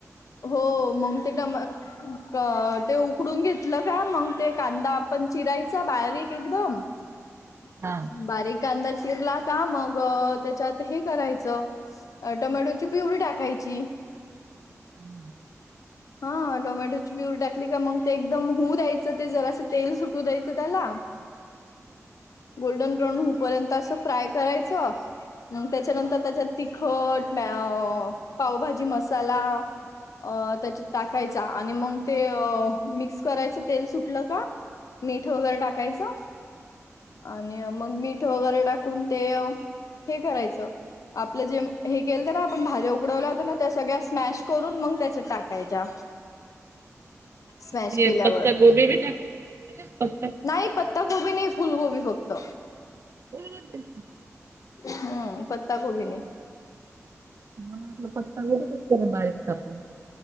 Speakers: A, on the left; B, on the right.
A: हो मंग ते डम अ ते उकडून घेतलं का मग ते, कांदा आपण चिरायचा बारीक एकदम.
B: हा
A: <inaudible> बारीक. कांदा चिरला का? मग, त्याच्यात हे करायचं टोमॅटो ती प्युरी टाकायची.
B: हं..
A: हा. टोमॅटोची पियुरी टाकली. का? मंग, ते एकदम होऊ द्यायचं. ते जरासं तेल सुटू द्यायचं त्याला. गोल्डन ब्राउन होऊ पर्यंत, असं फ्राय करायचं. मग त्याच्यानंतर त्यांच्यात, तिखट म्या पावभाजी मसाला. अं.. त्याच्यात टाकायचा आनी मं ते, मिक्स करायचं तेल सुटलं का. मीठ वगैरे टाकायचं, आणि मं मीठ वगैरे टा कोणते? अ. हे करायचं. आपलं जे हे, केलत्या ना, आपण भाज्या उकडवल्या होत्या, ना त्या सगळ्या स्मॅश करून मग त्यात टाकायच्या. स्मॅश
B: ते
A: केल्यावर
B: पत्ता गोभी बी टाकायचं, असते तेच्यात.
A: नाही पत्ता गोबी नाही, फुलकोबी फक्त.
B: गोबी
A: हम्म पत्ता कोबी नाही.
B: मला वाटलं पत्ताकोबीच असेल, बारीक कापून.